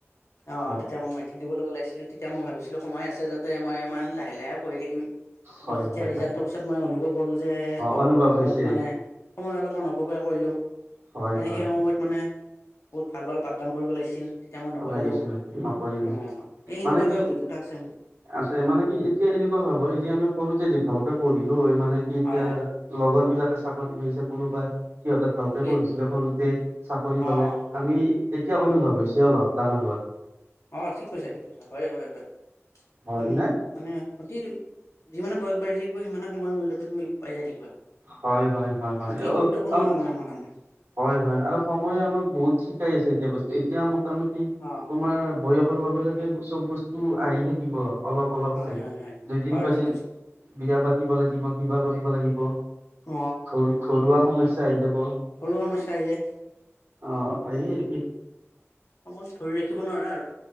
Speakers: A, on the left; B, on the right.
A: অ
B: হয়
A: তেতিয়া মই মেট্ৰিক দিবলৈ ওলাইছিলো তেতিয়া মই ভাবিছিলো সময় আছে যাতে মই ইমান লাহে - লাহে পঢ়ি থাকিম। কিন্তু
B: হয়
A: যেতিয়া
B: হয়
A: ৰিজাল্টৰ
B: হয়
A: পিছত মই অনুভৱ হ'ল যে অ
B: অনুভৱ হৈছে
A: টো মানে সময় অলপমান অপবয় কৰিলো
B: হয়
A: মানে
B: হয়
A: সেই সম য়ত মানে বহুত ভাল ভাল পাঠদান কৰিব লাগিছিল। তেতিয়া মই নকৰিলোঁ,
B: লাগিছিলে নকৰিলো
A: অ এই সেনেকুৱা
B: মানে
A: এটা
B: কি
A: অভিজ্ঞতা আছে মোৰ।
B: আছে মানে কি এতিয়া এনেকুৱা ভাৱ হয় যে আমি সৰুতে যি ভালকে পঢ়িলো হয় মানে কি এতিয়া
A: হয়, হয়,
B: লগৰবিলাকে চাকৰি মিলিছে কোনোবাই। সিহঁতে ভালকে
A: ঠিকেই,
B: পঢ়িছিলে সৰুতে চাকৰি
A: অ'।
B: পালে,
A: অ
B: আমি এতিয়া অনুভৱ হৈছে অলপ ডাঙৰ হোৱাত।
A: অঁ ঠিক কৈছে ঠিক কৈছে, হয় হয় হয়
B: হয়
A: একদম
B: নে
A: মানে অতি যিমানে বয়স বাঢ়ি থাকিব সিমানে সময়ৰ মূল্যতো তুমি পাই যাই থাকিবা।
B: হয় হয় হয় হয়
A: অতি গুৰুত্বপূৰ্ণ
B: তাৰমানে
A: সময় আমাৰ কাৰণে।
B: হয় হয় আৰু সময়ে আমাক বহুত শিকাই আছে এতিয়া বস্তু এতিয়া মোটামুটি
A: অ
B: তোমাৰ বয়সৰ লগে লগে এইবোৰ চব বস্তু আহি থাকিব অলপ অলপকে
A: হয় হয় হয়
B: দুদিন
A: হয়
B: বাচি
A: ঠিক কৈছা
B: বিয়া পাতিব লাগিব, কিবা কৰিব লাগিব,
A: অ
B: ঘৰু ঘৰুৱা সমস্যা আহি যাব।
A: ঘৰুৱা সমস্যা আহি যায়।
B: অ <unintelligible>
A: সময়ক ধৰি ৰাখিব নোৱাৰা আৰু